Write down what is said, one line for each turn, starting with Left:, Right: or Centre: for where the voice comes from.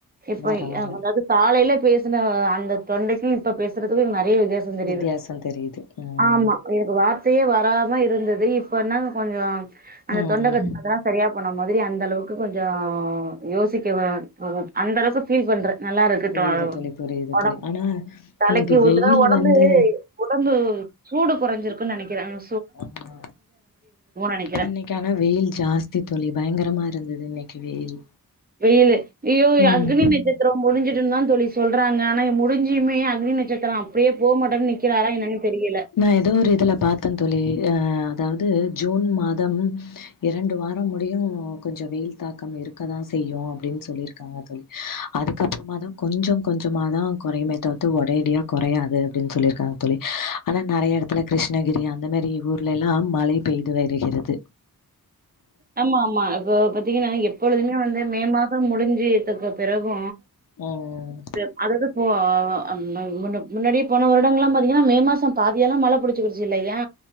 Right: இப்பய்
Left: பரவால்ல
Right: அ அதாவ்து காலைல்லே பேசுன அந்த தொண்டைக்கு இப்ப பேசுறது ந நறைய வித்தியாச தெரியுது
Left: வித்தியாசம் தெரியுது. ம்.
Right: ஆமா எனக்கு வார் பே வராம இருந்தது இப்ப என்னான்னு கொஞ்ச அந்த
Left: ம்.
Right: தொண்ட கட்னதுலா சரியா போன மாதிரி அந்த அளவுக்கு கொஞ்சோ யோசிக்கிவ ஒ அந்த அளவுக்கு ஃபீல் பண்ற நல்லா இருக்கு
Left: புரியுது
Right: தொ
Left: தோழி, புரியுது
Right: ஒடம்பு
Left: தோழி. ஆனா
Right: தலைக்கி
Left: இன்னைக்கு
Right: ஊத்துற
Left: வெயில்
Right: ஒடம்பு
Left: வந்து
Right: உடம்பு சூடு கொறஞ்சிருக்குனு நெனைக் கிறாங்க
Left: ஆமா,
Right: நெனைக்கிறே
Left: இன்னைக்கி ஆனா வெயில் ஜாஸ்தி தோழி பயங்கரமா இருந்துது வெயில் இன்னைக் கி வெயில்
Right: வெயிலு ஐயோ
Left: ம்.
Right: அக்னி நட்சத்திரோ முடிஞ்சு சிடுனுதா தோழி சொல்றாங்க ஆனா முடிஞ்சிமே அக்னி நட்சத்திரோ அப்டியே போ மாட்டனு நிக்கிறாரா என்னன்னு தெரிய
Left: நா ஏதோ ஒரு இதுல பாத்த தோழி அ அதாவது ஜூன் மாதம் இரண்டு வாரம் முடியு கொஞ்சோ வெயில் தாக்கம் இருக்கதா செய்யு அப்டின்னு சொல்லியிருக்காங்க தோழி, அதுக்கப்பறமாதா கொஞ்ச கொஞ்சமாதா குறையுமே தவிர்த்து ஒரேடியா கொறையாது அப்டின்னு சொல்லியிருக்காங்க தோழி ஆனா நறைய எடத்துல கிருஷ்ணகிரி அந்தமேரி ஊர்லைலா மழை பெய்து வருகிறது
Right: ஆமா ஆமா இப்ப பாத்தீங்கன்னா எப்பொழுதுமே வந்து மே மாசம் முடிஞ் சி த்துக்கு பிறகு
Left: ம்.
Right: அது அதாது போ ஆவ அந் தந் கொஞ்சோ முன்னாடி போன வருடங்கள்லா பாத்தீங்கனா மே மாசோ பாதியெல்லா மழ புடிச்சிக்கிடுச்சி ஜூலையா